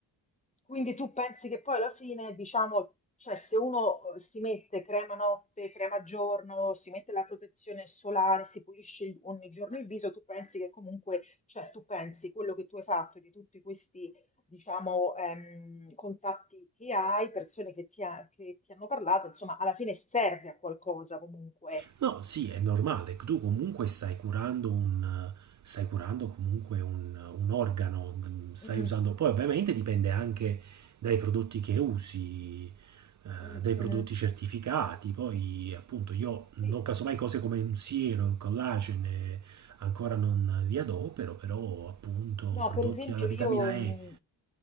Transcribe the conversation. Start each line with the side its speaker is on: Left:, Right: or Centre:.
Left: Quindi tu pensi che poi alla fine, diciamo, cioè se uno eh, si mette crema notte, crema giorno, si mette la protezione solare, si pulisce il- ogni giorno il viso, tu pensi che comunque, cioè tu pensi quello che tu hai fatto di tutti questi, diciamo, ehm, contatti che hai, persone che ti, ha- che ti hanno parlato, insomma, alla fine serve a qualcosa comunque.
Right: No, sì, è normale, tu comunque stai curando un, stai curando comunque un, un organo, stai
Left: Mm,
Right: usando, poi ovviamente dipende anche dai prodotti che usi, eh,
Left: mhm.
Right: dai prodotti certificati, poi appunto io
Left: Sì.
Right: non casomai cose come un siero, il collagene, ancora non li adopero, però appunto
Left: No,
Right: prodotti
Left: per esempio
Right: alla vitamina
Left: io mh,
Right: E